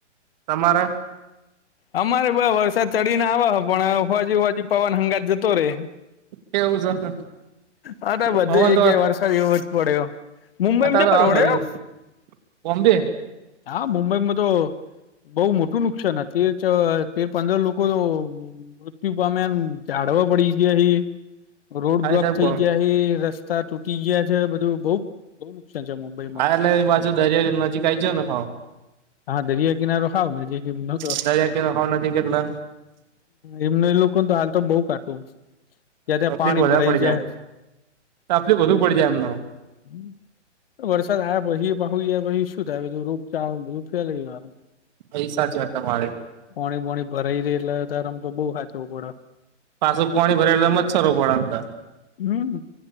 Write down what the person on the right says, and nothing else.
તમારે
કેવું છે
પવન
તો
હતા તો
હાલ
બધી બોમ્બે
હા
સાહેબ
હા એટલે એ બાજુ દરિયાયો નજીક આ આવી ગયો ને હાવ
દરિયા કિનારો હાવ નજીક એટલે
તકલીફ
વધારે
પડી
તકલીફ વધુ પડી જાય એમને
પૈસા છે તમારે
પાછું પાણી ભરે એટલે મચ્છરો પડે અંદર